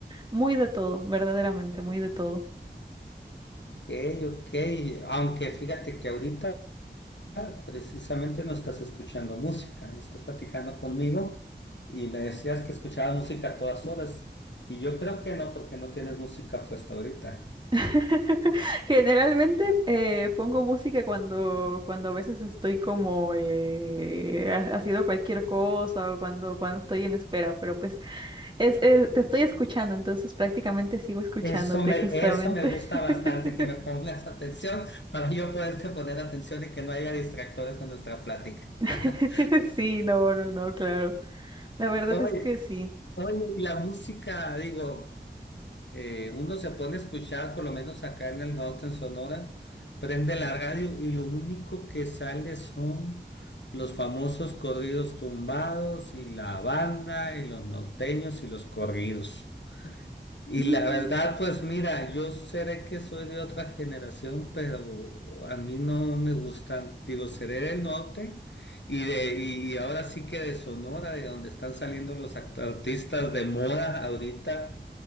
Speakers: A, on the right; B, on the left.
A: Muy de todo, verdaderamente, muy de todo.
B: ok. ok. Aunque fíjate que ahorita precisamente no estás escuchando música, estás platicando conmigo y me decías que escuchabas música a todas horas y yo creo que no porque no tienes música puesta ahorita.
A: <laughs> Generalmente eh, pongo música cuando, cuando a veces estoy como eh, ha- haciendo cualquier cosa o cuando, cuando estoy en espera, pero pues es, es- te estoy escuchando, entonces prácticamente sigo escuchándote
B: Eso me,
A: justamente.
B: eso me gusta
A: <laughs>
B: bastante, que me pongas atención <laughs> para yo poderte poner atención y que no haya distractores en nuestra plática.
A: <laughs>
B: <laughs>
A: Sí, no, no, no, claro. La verdad
B: Oye,
A: es que sí.
B: oye, y la música, digo. Eh, uno se pone a escuchar, por lo menos acá en el norte, en Sonora, prende la radio y lo único que sale son los famosos corridos tumbados y la banda y los norteños y los corridos. Y
A: Mm,
B: la verdad, pues mira, yo seré que soy de otra generación, pero a mí no me gustan. Digo, seré del norte y, de, y, y ahora sí que de Sonora, de donde están saliendo los act- artistas de moda ahorita,